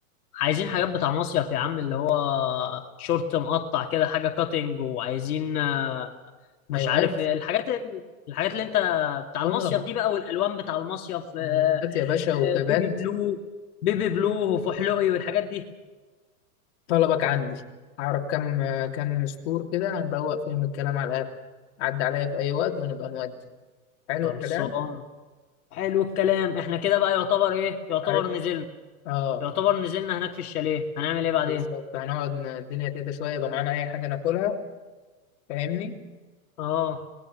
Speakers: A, on the left; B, on the left.
A: عايزين حاجات بتاع مصيف يا عم اللي هو شورت مقطع كده حاجة كاتنج وعايزين آه،
B: مايوهات
A: مش عارف ايه الحاجات ال- الحاجات اللي انت بتاع
B: آه
A: المصيف دي بقى والألوان بتاع المصيف آه،
B: مايوهات يا باشا
A: آه،
B: وكبات
A: بيبي بلو بيبي بلو وفحلوقي والحاجات دي
B: طلبك عندي أعرف كم كم سطور كده هندوق فيهم الكلام على الآخر عدى عليا في أي وقت ونبقى نودي حلو
A: خلصان
B: الكلام
A: حلو الكلام احنا كده بقى يعتبر ايه يعتبر
B: عارف
A: نزلنا
B: آه
A: يعتبر نزلنا هناك في الشاليه هنعمل ايه بعدين
B: بالظبط هنقعد ن- الدنيا كده شوية يبقى معانا أي حاجة ناكلها فاهمني
A: اه